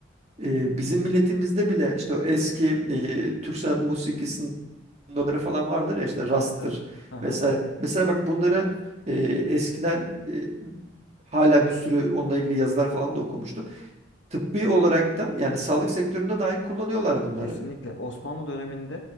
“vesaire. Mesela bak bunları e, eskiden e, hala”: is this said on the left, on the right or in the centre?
Right